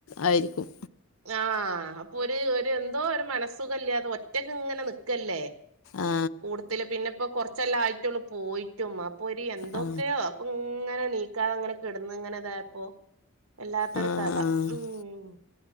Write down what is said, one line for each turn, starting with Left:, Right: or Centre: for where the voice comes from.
Left: ആയിരിക്കും.
Right: ആഹ് അപ്പൊ ഒര് ഒര് എന്തോ ഒരു മനസ്സുഖല്ല്യാതെ ഒറ്റക്ക് ഇങ്ങനെ നിക്കല്ലേ
Left: ആ
Right: കൂടത്തില്. പിന്നെ പ്പം കൊർച്ചെല്ലാ ആയിട്ടൊള്ളു പോയിട്ടും അപ്പൊ ഒര് എന്തൊക്കെയോ
Left: ആ
Right: ഇപ്പങ്ങനെ ണീക്കാതെ ഇങ്ങനെ കിടന്ന് ഇങ്ങനെ ഇതായപ്പോ വല്ലാത്തൊരു
Left: ആ ആ
Right: കഥ.
Left: ആ
Right: ഉംമ്